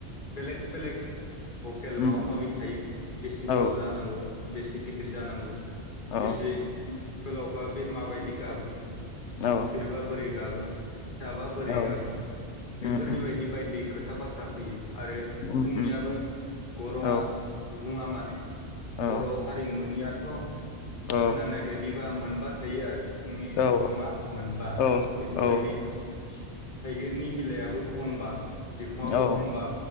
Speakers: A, on the left (about 45°); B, on the left (about 75°).
A: बेलेग बेलेग भकेल
B: उम
A: माबा माबि थायो। बेसे
B: औ
A: गोलाव जानांगौ बेसे गिदिर जानांगौ
B: औ
A: बेसे गोलावबा बे माबायदि गाबो।
B: औ
A: गिदिर बा बोरै गाबो। फिसाबा बोरै
B: औ
A: गाबो बेफोरनि
B: उम उम
A: बायदि बाय दि खोथा बाथ रा फैयो आरो सिफुंनियाबो
B: उम उम
A: गरङा
B: औ
A: गुदुङा माने
B: औ
A: बर' हारिमुनिया थ'
B: औ
A: खोनानाय बायदिबा मोनबा थायो आरो। सिफुंनि
B: औ
A: गरङा मोनबा
B: औ
A: बेफोरबायदि
B: औ
A: थाइगिरनि बिलाइयाबो खंबा, बिखङाबो
B: औ
A: खंबा।